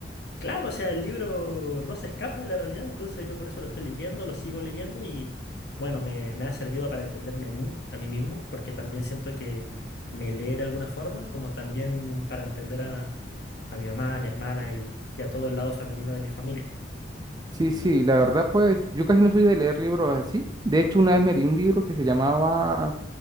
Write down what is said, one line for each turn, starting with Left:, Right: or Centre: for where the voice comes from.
Left: Claro, o sea, el libro no se escapa de la realidad, entonces yo por eso lo estoy leyendo, lo sigo leyendo y bueno, me, me ha servido para entenderme a mí, a mí mismo, porque también siento que me lee de alguna forma, como también para entender a, a mi mamá, a mi hermana y, y a todo el lado femenino de mi familia.
Right: Sí, sí, la verdad, pues yo casi no soy de leer libros así. De hecho, una vez me leí un libro que se llamaba